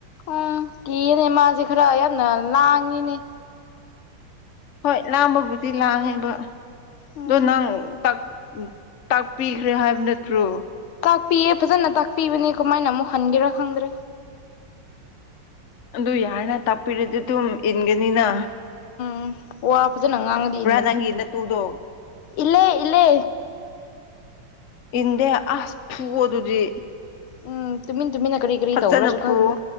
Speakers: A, on the left; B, on the left.
A: ꯎꯝ ꯀꯤꯌꯦꯅꯦ ꯃꯥꯖꯦ ꯈꯔ ꯌꯥꯝꯅ ꯂꯥꯡꯉꯤꯅꯦ
B: ꯍꯣꯏ ꯂꯥꯡꯕꯕꯨꯗꯤ ꯂꯥꯡꯉꯦꯕ
A: ꯎꯝ
B: ꯑꯗꯣ ꯅꯪ ꯇꯛ ꯇꯥꯛꯄꯤꯈ꯭ꯔꯦ ꯍꯥꯏꯕ ꯅꯠꯇ꯭ꯔꯣ
A: ꯇꯥꯛꯄꯤꯌꯦ ꯐꯖꯅ ꯇꯥꯛꯄꯤꯕꯅꯦ ꯀꯃꯥꯏꯅ ꯑꯃꯨꯛ ꯍꯟꯒꯦꯔꯥ ꯈꯪꯗ꯭ꯔꯦ
B: ꯑꯗꯨ ꯑꯗꯨ ꯌꯥꯔ ꯇꯞꯄꯤ ꯏꯗꯗꯗꯨꯨ ꯏꯟꯒꯦꯅꯤꯅ
A: ꯎꯝ ꯋꯥ ꯐꯖꯅ ꯉꯥꯡꯉꯗꯤ ꯏꯟꯕꯅꯤ
B: ꯅꯪꯒꯤ ꯅꯇꯨꯗꯣ
A: ꯏꯜꯂꯦ ꯏꯜꯂꯦ
B: ꯏꯟꯗꯦ ꯑꯁ ꯐꯨꯋꯣ ꯑꯗꯨꯗꯤ
A: ꯎꯝ ꯇꯨꯃꯤꯟ ꯇꯨꯃꯤꯟꯅ ꯀꯔꯤ ꯀꯔꯤ
B: ꯐꯖꯅ
A: ꯇꯧꯕ꯭ꯔꯥꯁꯨ
B: ꯐꯨ
A: ꯈꯪꯗꯦ